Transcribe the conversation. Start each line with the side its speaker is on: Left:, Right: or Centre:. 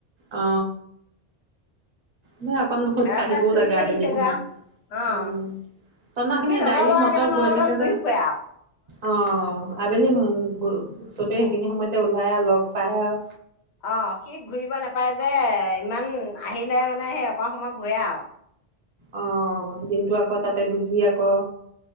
Right: অ। ন অকন খোজ
Left: ৰাস্তাত
Right: কাঢ়িবও
Left: খোজ
Right: লাগে
Left: কাঢ়িছেগৈ
Right: আবেলি সময়ত।
Left: আৰু অ
Right: উম। তহঁতৰ সেইখিনি
Left: সি লগৰ
Right: গাড়ী
Left: ল'ৰা
Right: মটৰ
Left: কেইটামানৰ
Right: গৈ
Left: লগত
Right: থাকে
Left: ঘূৰি
Right: যে।
Left: ফুৰে আৰু
Right: অ। আবেলি চবেই সেইখিনি সময়তে ওলায় আৰু লগ পায় আৰু।
Left: অ সি ঘূৰিব নাপায় যে ইমান আহিলে মানে সেই অকমান সময় ঘূৰে আৰু।
Right: অ দিনটো আকৌ তাতে বিজি আকৌ।